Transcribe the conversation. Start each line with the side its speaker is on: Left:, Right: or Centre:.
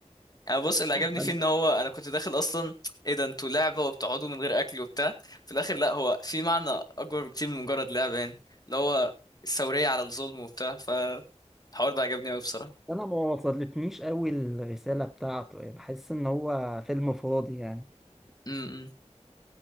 Left: أنا بص اللي عجبني
Centre: انا
Left: فيه ان هو انا كنت داخل اصلا ايه ده انتوا لعبه وبتقعدوا من غير اكل وبتاع في الاخر لا هو في معنى اكبر بكتير من مجرد لعبه يعني اللي هو الثوريه على الظلم وبتاع فالحوار ده عجبني قوي بصراحه
Centre: انا ما وصلتنيش قوي الرساله بتاعته يعني بحس ان هو فيلم فاضي يعني
Left: امم